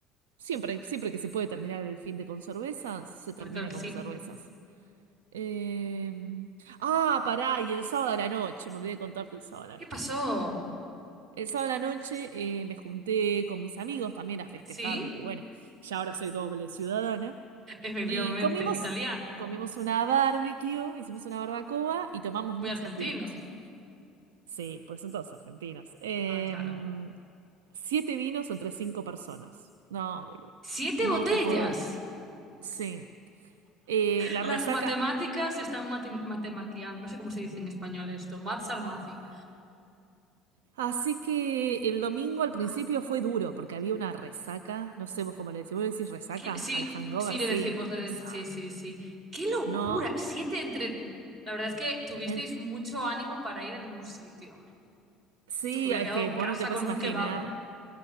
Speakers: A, on the right (about 70°); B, on the right (about 40°).
A: Siempre, siempre que se puede terminar el fin de con cervezas, se termina
B: Bueno, Claro que
A: con
B: sí.
A: cervezas. Eh, Ah, pará, y el sábado a la noche, me olvidé de contarte el sábado a
B: ¿Qué
A: la
B: pasó?
A: noche. El sábado a la noche eh, me junté con mis amigos también a festejar
B: ¿Sí?
A: de que, bueno, ya ahora soy doble ciudadana.
B: Efectivamente,
A: Y comimos,
B: italiana.
A: comimos una barbecue, hicimos una barbacoa y tomamos
B: Muy
A: muchos
B: argentino.
A: vinos. Sí, porque son todos argentinos. Eh,
B: Ah, claro.
A: mm, siete vinos entre cinco personas. No, boludo.
B: ¡Siete
A: No
B: botellas!
A: te puedo. Sí. Eh, la
B: Las
A: resaca.
B: matemáticas están mati- matemaqueando. No sé cómo se dice en español esto. Maths are
A: Ah.
B: mathing.
A: Así que el domingo al
B: Ah.
A: principio fue duro porque había una resaca. No sé vos cómo le decís. ¿Vos le decís resaca?
B: ¿Qué- Sí,
A: A la hangover,
B: sí, le
A: sí.
B: decimos, le
A: Resaca.
B: dec- sí, sí, sí. ¡Qué locura!
A: No.
B: Siete entre... La verdad es que tuvisteis
A: en-
B: mucho ánimo para ir a ningún sitio, ¿eh?
A: Sí,
B: Yo me hubiera
A: es
B: quedado
A: que
B: en
A: vos
B: casa
A: no te puedes
B: con un
A: imaginar.
B: kebab.